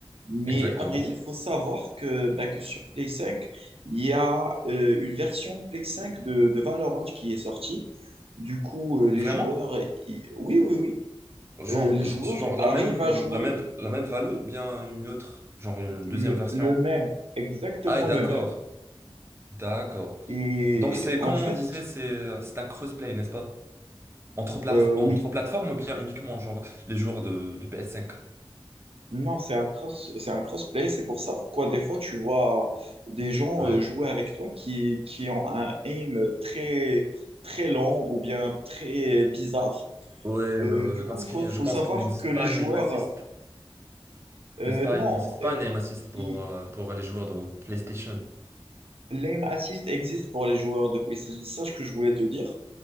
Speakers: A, on the right (about 80°); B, on the right (about 25°).
A: Mais
B: Exactement.
A: à vrai dire, faut savoir que, bah, que sur Play 5, il y a euh, une version Play 5 de, de Valorant qui est sortie. Du coup, euh, les
B: Vraiment?
A: joueurs, ils- oui, oui, oui,
B: Genre,
A: Euh, les joueurs
B: genre la
A: arrivent
B: même,
A: à
B: la
A: jouer
B: même, la même Valo, bien une autre, genre une deuxième
A: le
B: version.
A: le même, exactement
B: Ah, et d'accord.
A: le même.
B: D'accord.
A: Et
B: Donc c'est,
A: en
B: comme
A: fait,
B: on disait, c'est c'est un crossplay, n'est-ce pas? Entre, pla-
A: euh, oui,
B: entre plateformes ou bien uniquement genre les joueurs de, de ps cinq.
A: Non, c'est un cross, c'est un crossplay. C'est pour ça pourquoi des fois tu vois euh, des gens
B: Ouais.
A: euh, jouer avec toi qui, qui ont un aim très, très lent ou bien très bizarre.
B: Ouais,
A: Euh,
B: ouais,
A: du
B: ouais,
A: coup,
B: parce
A: faut,
B: que
A: faut
B: je pense
A: savoir
B: qu'il n'existe
A: que les
B: pas
A: joueurs,
B: un aim assist,
A: euh,
B: n'est-ce pas?
A: non,
B: Il n'existe pas
A: euh,
B: un aim assist pour,
A: ils-
B: euh, pour les joueurs de PlayStation.
A: l'aim assist existe pour les joueurs de PlayStation. C'est ça ce que je voulais te dire.